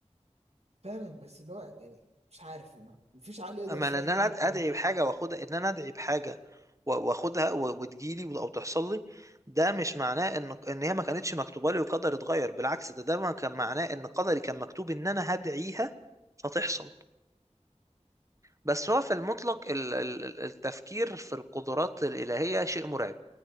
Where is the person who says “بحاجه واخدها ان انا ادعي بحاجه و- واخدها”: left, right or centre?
Right